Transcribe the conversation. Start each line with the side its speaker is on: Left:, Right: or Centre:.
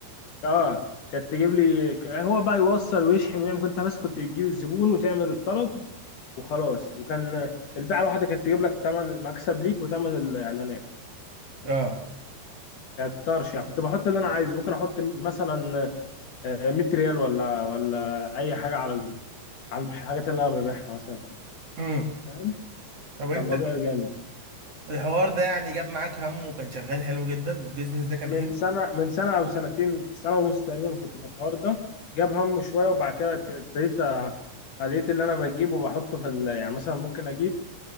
Left: اه كانت تجيب لي ك- هو بقى يوصل ويشحن ويعمل كنت بس كنت بتجيب الزبون وتعمل الطلب وخلاص وكان البيعه الواحده كانت تجيب لك ثمن المكسب ليك وثمن الاعلانات
Right: اه
Left: كانت طرش يعني كنت بحط اللي انا عايزه ممكن احط م- مثلا آه، 100 ريال ولا ولا اي حاجه على ال- على الحاجات اللي انا ببيعها مثلا يعني
Right: امم
Left: فاهم
Right: طب انت
Left: كان موضوع جامد
Right: الحوار ده يعني جاب معاك هم وكان شغال حلو جدا البيزنس ده كان
Left: من
Right: حلو
Left: سنه من سنه او سنتين سنه ونص تقريبا كنت في الحوار ده جاب هم شويه وبعد كده ابت- ابتديت أ- لقيت اللي انا بجيبه وبحطه في ال- يعني مثلا ممكن اجيب